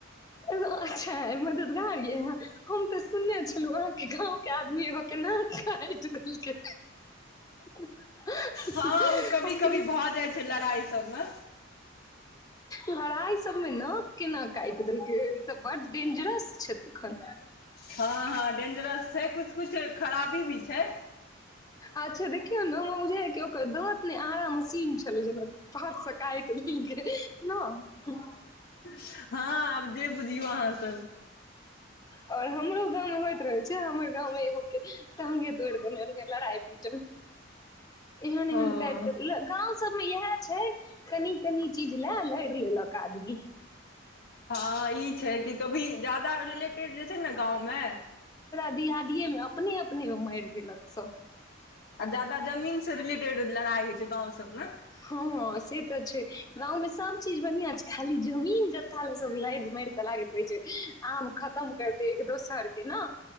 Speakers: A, on the left; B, on the left.
A: गो अच्छा मददगार य ह हम तऽ सुनने छलहु अहाँके गाँ के आदमी एगो केना काइट देलकै <unintelligible>
B: हँ ओ कभी
A: हम
B: कभी
A: त
B: भऽ जाइ छै लड़ाइ सबमे
A: लड़ाई सबमे ने केना काइट देलकै ई तऽ बड्ड डेंजरस छै तखन
B: हँ हँ डेंजरस छै कछ कुछ खराबी भी छै
A: अच्छा देखियऔ ने हमरा बुझाइ की ओकर दाँत ने आरा मशीन पत स क त न <unintelligible>
B: हँ आब जे बुझियौ अहाँ सब
A: आओर हमरो गाँवमे होइत रहै छै हमर गाँवमे एगो के टांगे तोइड़ देने रहै लड़ाई पीट मे एहन एहन
B: ओ
A: काइट देलै गाँव सबमे इएह छै कनी तनी चीज ल रइर लेलक आदमी
B: हँ ई छै कि कभी जायदा रिलेटेड जे छै ने गाँवमे
A: दीआदिये मे अपने अपने माइर गेलक सब
B: आ जादा जमीन से रिलेटेड लड़ाई होइ छै गाँंव सबमे
A: हँ से तऽ छै गाँंव सब चीज बढ़ियां छै खाली जमीन जथा जे सब लाइद माइरकऽ लागैत रहै छै आम खतम करते एक दोसर के न